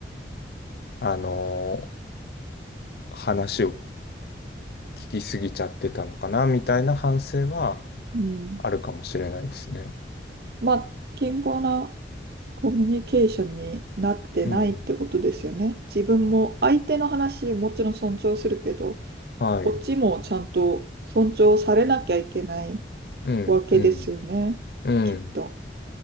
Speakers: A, on the left (about 60°); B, on the right (about 60°).
A: あのー話を聞きすぎちゃってたのかな、みたいな反省は
B: うんうん
A: あるかもしれないですね。
B: まあ、健康なコミュニケーションになってないってことですよね。
A: うん。
B: 自分も相手の話もちろん尊重するけど、
A: はい。
B: こっちもちゃんと尊重されなきゃいけない
A: うん、
B: わけですよね。
A: うん、うん。
B: きっと。